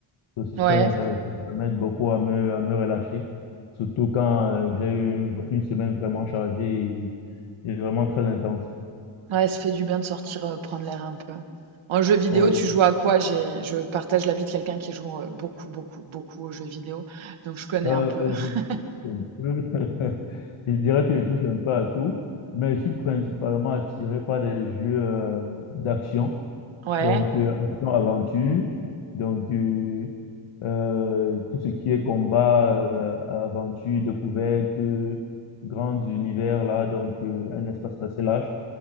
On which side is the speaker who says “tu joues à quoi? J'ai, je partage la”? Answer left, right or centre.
Right